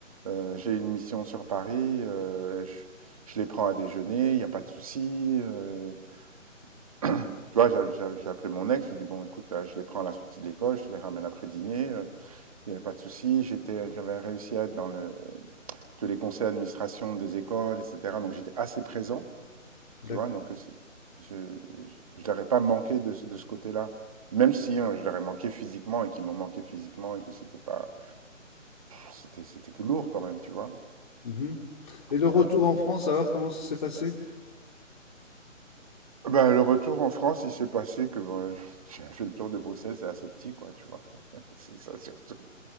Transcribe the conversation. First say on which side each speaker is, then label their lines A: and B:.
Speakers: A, on the right; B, on the left.
A: euh, j'ai une mission sur Paris, euh, je, je les prends à déjeuner, il n'y a pas de souci. euh, <clears throat> tu
B: Mmh,
A: vois, j'a- j'a- j'ai appelé mon ex, je lui ai dit, bon, écoute, là, je les prends à la sortie de l'école, je les ramène après dîner, euh, il n'y avait pas de souci. J'étais, j'avais réussi à être dans le, tous les conseils d'administration des écoles, etc. Donc j'étais assez présent.
B: d'acc
A: Tu vois, donc c'est- je ne leur ai pas manqué de, ce- de ce côté-là. Même si hein, je leur ai manqué physiquement et qu'ils m'ont manqué physiquement et que c'était pas, c'était c'était que lourd quand même, tu vois.
B: mmh et le retour
A: Voilà.
B: en France alors, comment ça s'est passé?
A: Ben, le retour en France, il s'est passé que bon, <laughs> j'avais fait le tour de Bruxelles, c'est assez petit, quoi, tu vois. <laughs> C'est ça surtout.